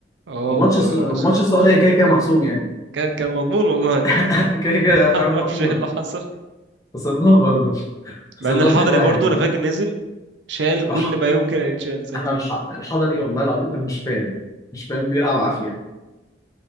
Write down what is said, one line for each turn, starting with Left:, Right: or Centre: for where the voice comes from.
Right: اه
Left: وماتش
Right: وسعود
Left: الس- وماتش السعوديه
Right: السعودية
Left: كده كده
Right: كان
Left: محسوم يعني
Right: كان كان مضمون والله
Left: <laughs>
Right: <laughs>
Left: كده كده فاهم
Right: معرفش
Left: مضمون
Right: ايه اللي حصل
Left: خسرناه برضه <laughs> خسرناه
Right: مع إن الحضري
Left: 2-1
Right: برضو أنا
Left: يعني
Right: فاكر نزل شال
Left: وح-
Right: كل ما يمكن أن يتشال ساعتها
Left: انا الح- الحضري والله العظيم انا مش فاهم مش فاهم بيلعب عافيه